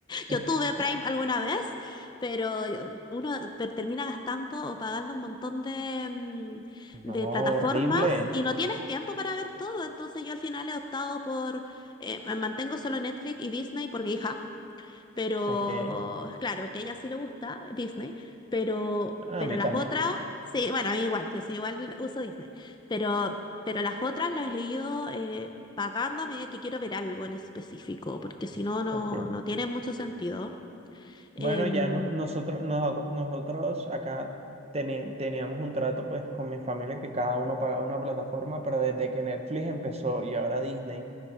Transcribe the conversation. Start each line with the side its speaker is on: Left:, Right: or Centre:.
Left: Yo
Right: <laughs>
Left: tuve Prime alguna vez, pero yo- uno ter- termina gastando o pagando un montón de, mm,
Right: No,
Left: de
Right: horrible.
Left: plataformas y no tienes tiempo para ver todo. Entonces yo al final he optado por, eh, me mantengo solo Netflix y Disney por mi hija, pero
Right: Ok.
Left: claro, porque a ella sí le gusta Disney, pero,
Right: A
Left: pero
Right: mí
Left: las
Right: también.
Left: otras, sí, bueno, a mí igual, yo sí igual uso Disney, pero, pero las otras las he ido eh, pagando a medida que quiero ver algo en específico, porque si no, no,
Right: Ok.
Left: no tiene mucho sentido. Em,
Right: Bueno, ya no- nosotros, nos- nosotros acá teni- teníamos un trato pues con mi familia que cada uno pagaba una plataforma, pero desde que Netflix empezó y ahora Disney,